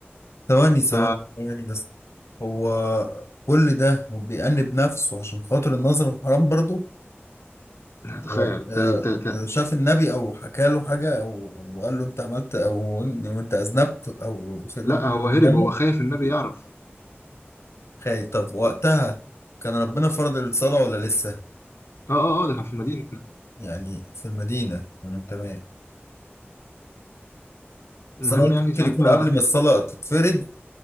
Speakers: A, on the left (about 85°); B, on the left (about 65°).
A: ثواني ثواني
B: ف
A: ثواني بس هو كل ده هو بيأنب نفسه عشان خاطر النظر الحرام برضه
B: تخيل
A: هو
B: ت...
A: آه،
B: ت... ت...
A: آه، شاف النبي او حكى له حاجه او أو قال له انت عملت او إن- وانت اذنبت او سيدنا
B: لا
A: محمد
B: هو هرب
A: بيامه
B: هو خايف النبي يعرف
A: خايف طب وقتها كان ربنا فرض الصلاه ولا لسه
B: اه اه اه ده كان في المدينة
A: يعني في المدينه مم، تمام
B: المهم
A: بس انا قلت
B: يعني
A: ممكن
B: ساعتها
A: يكون قبل ما الصلاه تتفرض